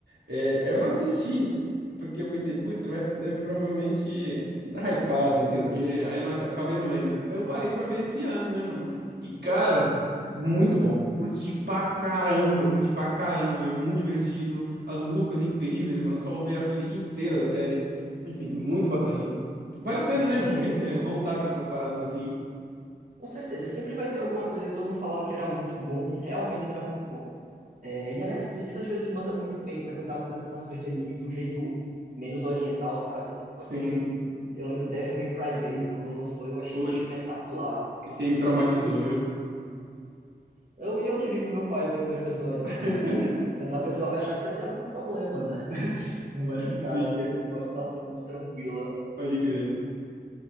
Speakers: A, on the right; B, on the right.
A: É, eu não assisti, porque eu pensei, putz, vai, deve provavelmente dar hypado, não sei o quê. Aí eu não, aca- acabei não vendo. Eu parei pra ver esse ano, né, mano? E cara, muito bom. Curti pra caramba, curti pra caramba. É muito divertido. As músicas incríveis, mano. Só ouvir a playlist inteira da série. Enfim, muito bacana. Vale a pena,
B: É,
A: né?
B: vire,
A: vo- re- é, Voltar pra essas paradas assim.
B: com certeza, sempre vai ter alguma coisa que todo mundo falava que era muito bom e realmente era muito bom. É, e a Netflix às vezes manda muito bem com essas adaptações de anime de um jeito menos oriental, sabe? Tipo
A: Sim.
B: aquele, eu lembro Devil May Cry Baby quando lançou, eu achei
A: Putz,
B: espetacular.
A: esse aí me
B: Eu
A: traumatizou,
B: gostei muito
A: viu?
B: Eu, e eu que vi com meu pai o primeiro episódio,
A: <laughs>
B: né? Sem condições. A pessoa vai achar que você tem algum problema, né? <laughs> Não vai ficar
A: Sim,
B: naquele, numa situação muito tranquila.
A: pode crer.